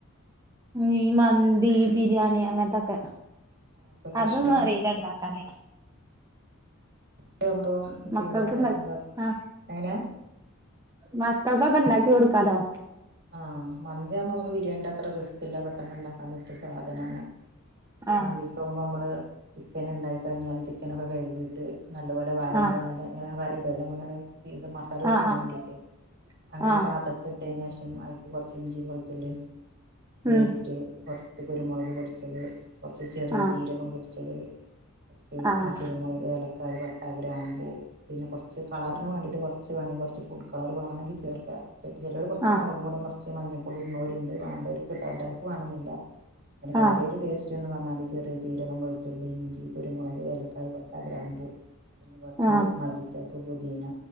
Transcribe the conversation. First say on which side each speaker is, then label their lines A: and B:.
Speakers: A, on the right; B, on the right.
A: ങ്ങി മന്തി ബിരിയാണി അങ്ങത്തൊക്കെ
B: അങ്ങനത്തൊക്കെ
A: അതൊന്നും
B: ഇഷ്ടം
A: അറിയിലാ ഇണ്ട ക്കാന്
B: <unintelligible> പിന്നെ
A: മക്കൾക്ക് ഇണ്ട
B: എന്താ
A: ആ
B: എങ്ങനെ
A: മക്കൾക്കൊക്കെ ഇണ്ടാക്കി കൊട്ക്കാലോ
B: ആഹ് മന്തിയാവുമ്പം നമുക്ക് ബിരിയാണിന്റെത്ര റിസ്കില്ല പെട്ടെന്ന് ഇണ്ടാക്കാ പറ്റിയ സാധനാണ്
A: ആ
B: മന്തിക്കാവുമ്പോ അമ്മള് ചിക്കൻ ഇണ്ടായി കഴിഞ്ഞാല് ചിക്കനൊക്കെ കഴുകീട്ട് നല്ലപോലെ വര
A: ആ
B: ഇടാ നല്ല ഇങ്ങനെ വര ഇട <unintelligible> ഇത് മസാല പുടിക്കാൻ
A: ആ
B: മാണ്ടീട്ടെ
A: ആ
B: അങ്ങനെ
A: ആ
B: ഒരു പാത്രത്തില് ഇട്ടേനേശ് <unintelligible> അയിക്ക് കൊറ്ച്ച് ഇഞ്ചീ വെള്ത്തുള്ളിം പേസ്റ്റെ
A: ഉം
B: കൊറ് ഇറ്റ് കുരുമൊളക് പൊടിച്ചത് കൊറ്ച്ച് ചെറിയ
A: ആ
B: ജീരകം പൊടിച്ചത് കൊറ്ച്ച്
A: ആ ആ
B: ഓഹ് കുരുമുളക് ഏലക്കായ് പട്ട ഗ്രാമ്പൂ പിന്നെ കൊറ്ച്ച് കളറ്ന് വാണ്ടിട്ട് കൊറ്ച്ച് വേണെ കൊറ്ച്ച് ഫുഡ് കളർ വാണെങ്കി ചേർക്കാ ചെല്ത് ചെലോര് കൊറ് ച്ച്
A: ആ
B: മൊളക് പൊടിം കൊറ്ച്ച് മഞ്ഞപ്പൊടിം ഇട്ണോര്ണ്ട് വാണ്ടോര്ക്ക്ട്ട എല്ലാർക്കും വാണന്നില്ല അയിന്റെ കാര്യയിട്ട്
A: ആ
B: ടേസ് റ്റ്ന്ന് പറ്ഞ്ഞാല് ചെറിയെ ജീരകം വെള്ത്തുള്ളി ഇഞ്ചി കുരുമുളക് ഏലക്കായ് പട്ട ഗ്രാമ്പൂ പിന്നെ കൊറ്ച്ച്
A: ആ
B: മല്ലി ചപ്പ് പൊതീന